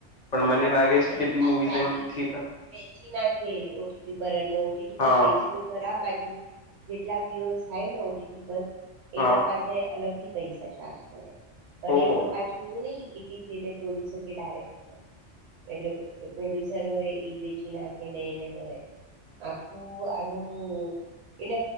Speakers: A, on the left; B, on the right.
A: પણ મને
B: હા,
A: લાગે છે,
B: એ
A: કેટલી
B: લોકો તો આખી
A: મુવીઝ
B: આખી
A: એમ થિ
B: વેચી નાખે ઓ ટી‌ ટી પર એ ઓ ટી ટી પર
A: હા
B: વેચી પાછુ જેટલાય દિવસ થાયને ઓ ટી ટી પર એના
A: હા
B: પાછ અલગથી પૈસા ચાર્જ કરે અને
A: ઓ
B: એમાં પાછું એવું નહી કે જેને પ્રોડ્યુસર કે ડાયરેક્ટર એટલે પ્રોડ્યુસર હોય ઈ વેચી નાખે ને એને મળે આખું આનું એને